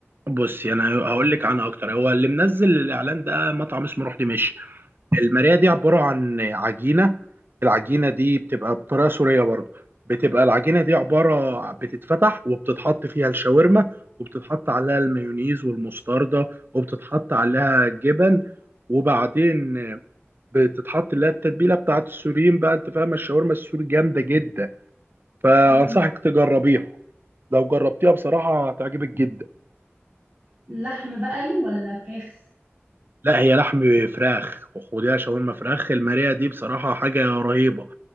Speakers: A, on the right; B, on the right.
A: بصي انا هقول لك عنها اكتر هو اللي منزل الاعلان ده مطعم اسمه روح دمشق الماريه دي عباره عن عجينه العجينه دي بتبقى بطريقه سوريه برضه بتبقى العجينه دي عباره بتتفتح وبتتحط فيها الشاورما وبتتحط عليها المايونيز والمستردة وبتتحط عليها جبن وبعدين بتتحط اللي هي التتبيله بتاعت السوريين بقى انت فاهم الشاورما السوري جامده جدا فانصحك
B: امم
A: تجربيها لو جربتيها بصراحه هتعجبك جدا
B: لحم بقري ولا فراخ
A: لا هي لحم فراخ وخديها شاورما فراخ الماريه دي بصراحه حاجه رهيبه